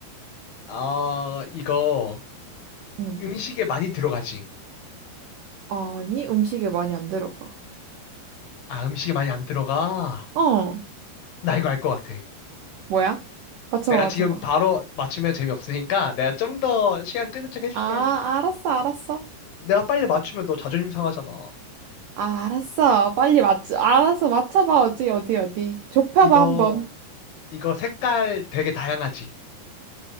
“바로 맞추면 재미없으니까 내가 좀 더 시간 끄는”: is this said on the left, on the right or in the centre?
Left